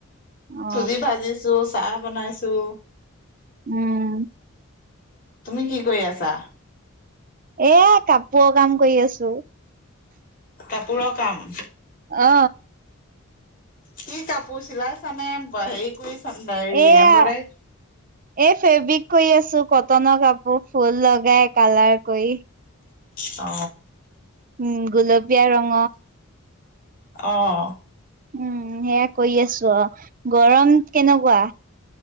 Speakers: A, on the right; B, on the left.
A: অ
B: চুজি ভাজিছো চাহ বনাইছো
A: উম
B: তুমি কি কৰি আছা
A: এ কাপোৰৰ কাম কৰি আছো
B: কাপোৰৰ কাম
A: অ
B: কি কাপোৰ চিলাইছানে হেৰি কৰি উাই
A: এয়া
B: এমব্ৰইডাৰী
A: এই ফেব্ৰিক কৰি আছো কটনৰ কাপোৰ ফুল লগাই কালাৰ কৰি
B: অ
A: উম গোলপীয়া ৰঙ
B: আহ
A: উম সেয়া কৰি আছো অ গৰম কেনেকুৱা